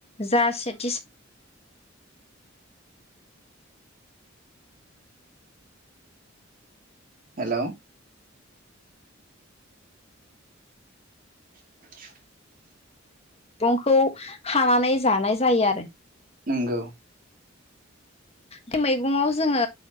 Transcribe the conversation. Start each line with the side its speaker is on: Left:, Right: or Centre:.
Left: जा सेथि
Right: हेलौ <inaudible>
Left: फांखौ हानानै जानाय जायो आरो।
Right: नंगौ
Left: बे मैगङाव जोङो